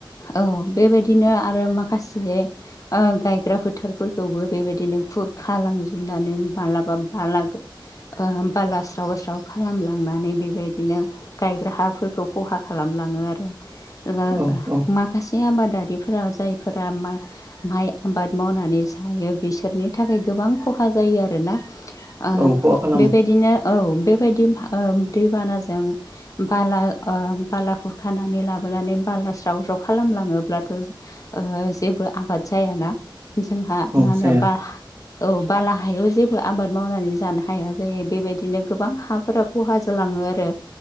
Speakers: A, on the left; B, on the right.
A: औ बेबायदिनो आरो माखासे ओ गायग्रा फोथारफोरखौबो बेबायदिनो खुरखा लांजोबनानै मालाबा बालागो ओ बाला स्राव स्राव खालामलांनानै बेबायदिनो गायग्रा हाफोरखौ खहा खालामलाङो आरो जा
B: औ
A: जा
B: औ
A: मा खासे आबादारिफोरा जायफोरा मा माइ आबाद मावनानै जायो बिसोरनि थाखाय गोबां खहा जायो आरोना। ओह
B: औ खहा खालामो
A: बेबायदिनो औ बेबायदिम ओम दैबानाजों बाला ओ बाला खुरखानानै लाबोनानै बाला स्राव स्राव खालामलाङोब्लाथ' ओ जेबो आबाद जायाना जोंहा
B: औ
A: मा होनो
B: जाया
A: बा औ बाला हायाव जेबो आबाद मावनानै जानो हाया जायो बेबायदिनो गोबां हाफोरा खहा जलाङो आरो।